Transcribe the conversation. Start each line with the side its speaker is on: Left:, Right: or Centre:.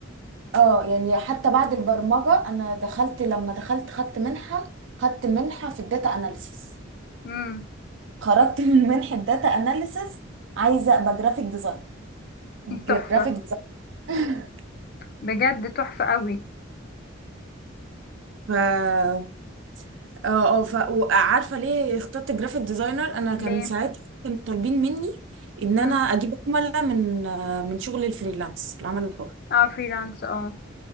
Right: اه يعني حتى بعد البرمجه انا دخلت لما دخلت خدت منحه خدت منحه في الداتا اناليسيس
Left: مم.
Right: خرجت من منحه داتا اناليسيس عايزه ابقى جرافيك ديزاين جرافيك
Left: تحفة
Right: ديزاين
Left: بجد تحفة قوي
Right: <laughs> اه اه ف... وعارفه ليه اخترت جرافيك ديزاينر انا كان
Left: ليه
Right: ساعتها كانوا طالبين مني ان
Left: مم.
Right: انا اجيب عملاء من آه، من شغل الفريلانس العمل الحر
Left: اه فريلانس اه